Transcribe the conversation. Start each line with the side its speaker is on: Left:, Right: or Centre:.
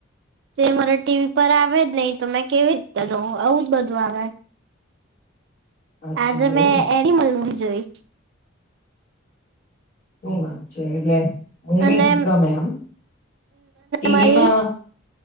Right: જે મને ટીવી પર આવે જ નહી તો મેં કેવી રીતે જોઉ આવું જ બધું આવે.
Left: અચ્છા
Right: આજે
Left: એવું
Right: મેં એનિમલ મુવી જોઈ.
Left: વાત છે એટલે મુવીઝ
Right: અને
Left: ગમે એમ ટીવીમાં
Right: મારી